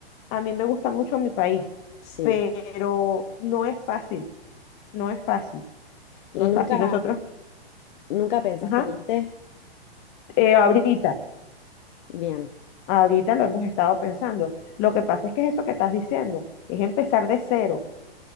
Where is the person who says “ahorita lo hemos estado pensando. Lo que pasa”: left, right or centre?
Left